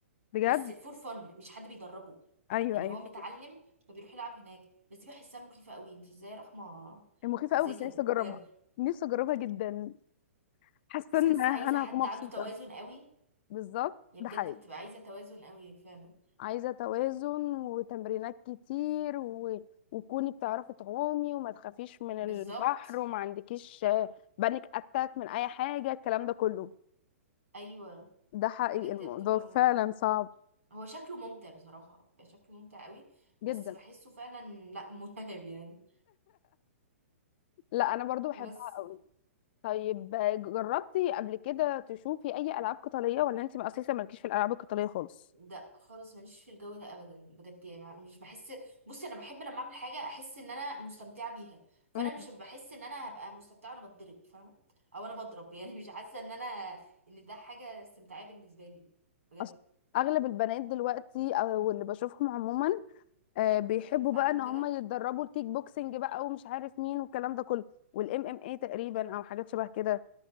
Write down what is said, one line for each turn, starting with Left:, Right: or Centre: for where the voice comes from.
Left: بجد
Right: بس فور فن مش حد بيدربه
Left: ايوه
Right: يعني
Left: ايوه
Right: هو
Left: فاهمة.
Right: متعلم فبيروح يلعب هناك بس دي بحسها مخيفه قوي انت ازاي يا رحمه
Left: هي مخيفه
Right: ازاي
Left: قوي بس
Right: كده
Left: نفسي اجربها
Right: بجد
Left: نفسي اجربها جدا حاسه
Right: بس
Left: ان
Right: حاسه
Left: انا
Right: عايزه حد
Left: هكون مبسوطه
Right: عنده توازن قوي
Left: بالظبط
Right: هي
Left: ده
Right: بجد
Left: حقيقي
Right: بتبقى عايزة توازن قوي فعلا
Left: عايزه توازن وتمرينات كتير و... وكوني بتعرفي تعومي وما تخافيش من
Right: بالظبط
Left: البحر وما عندكيش بانيك اتاك من اي حاجه الكلام ده كله
Right: ايوه
Left: ده حقيقي
Right: بجد
Left: الموضوع
Right: بتبقى
Left: فعلا
Right: م...
Left: صعب
Right: هو شكله ممتع بصراحة بيبقى شكله ممتع قوي بس
Left: جدا
Right: بحسه فعلا لا <laughs> مرعب يعني
Left: لا انا برضو بحبها
Right: بس
Left: قوي طيب جربتي قبل كده تشوفي اي العاب قتاليه ولا انت اساسا مالكيش في الالعاب القتاليه خالص
Right: ده خالص ماليش في الجو ده ابدا بجد يعني ما- مش بحس بصي انا بحب لما اعمل حاجة احس ان انا مستمتعة بيها فانا
Left: مم.
Right: مش بحس ان انا هبقى مستمتعة وانا بتضرب فاهمة او انا بضرب <laughs> يعني مش حاسة ان انا ان ده حاجة استمتاعية بالنسبة لي بجد
Left: أصل اغلب البنات دلوقتي او اللي بشوفهم عموما آه، بيحبوا
Right: بيحبوا يتعلموا
Left: بقى ان هم
Right: كده
Left: يتدربوا الكيك بوكسنج بقى ومش عارف مين والكلام ده كله والام ام اي تقريبا او حاجات شبه كده